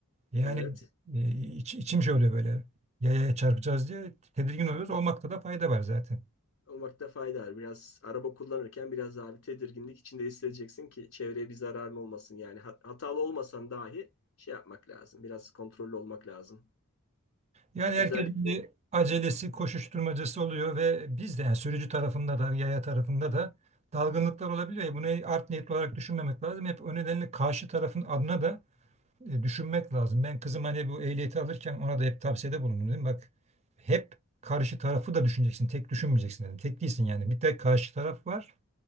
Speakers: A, on the right; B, on the left.
A: Yani
B: Evet.
A: e, iç- içim şöyle böyle yayaya çarpacağız diye tedirgin oluyoruz. Olmakta da fayda var zaten.
B: Olmakta fayda var. Biraz araba kullanırken biraz daha bir tedirginlik içinde hissedeceksin ki çevreye bir zararın olmasın. Yani hat- hatalı olmasan dahi şey yapmak lazım. Biraz kontrollü olmak lazım.
A: Yani herkesin
B: Özellikle
A: bir acelesi, koşuşturmacası oluyor ve biz de yani sürücü tarafında da, yaya tarafında da dalgınlıklar olabiliyor. ya, Bunu art niyetli olarak düşünmemek lazım. Hep o nedenle karşı tarafın adına da e, düşünmek lazım. Ben kızım hani bu ehliyeti alırken ona da hep tavsiyede bulundum dedim. Bak hep karşı tarafı da düşüneceksin. Tek düşünmeyeceksin dedim. Tek değilsin yani. Bir tek karşı taraf var.